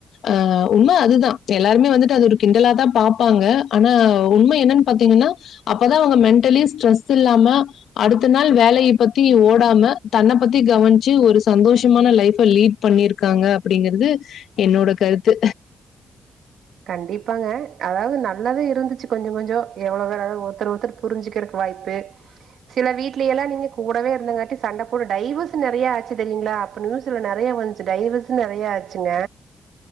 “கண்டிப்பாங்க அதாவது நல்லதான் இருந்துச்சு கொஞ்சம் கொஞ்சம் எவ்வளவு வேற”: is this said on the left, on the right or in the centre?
Right